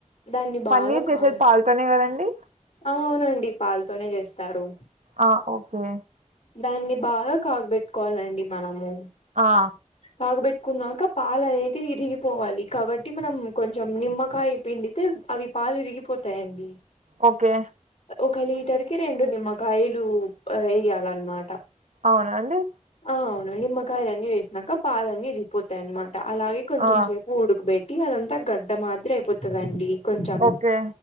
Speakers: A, on the left; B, on the right.
A: దాన్ని
B: పన్నీర్
A: బాగా
B: చేసేది
A: కానీ
B: పాలతోనే కదండి
A: ఆ అవునండి పాలుతోనే చేస్తారు
B: ఆ ఓకే
A: దాన్ని బాగా కాగబెట్టుకోవాలండి మనము
B: ఆ
A: తాగబెట్టుకున్నాక పాల అనేది విరిగిపోవాలి కాబట్టి మనం కొంచెం నిమ్మకాయ పిండితే అవి పాలు విరిగిపోతాయండి
B: ఓకే
A: ఒక లీటర్ కి రెండు నిమ్మకాయలు వేయాలన్నమాట
B: అవునా అండి
A: అవును నిమ్మకాయల అన్ని వేసినాక పాలన్నీ విడిగిపోతాయి అనమాట అలాగే కొంచెం
B: ఆ
A: సేపు ఉడకబెట్ అదంతా గడ్డ మాత్ర అయిపోతుందండి కొంచెం
B: ఓకే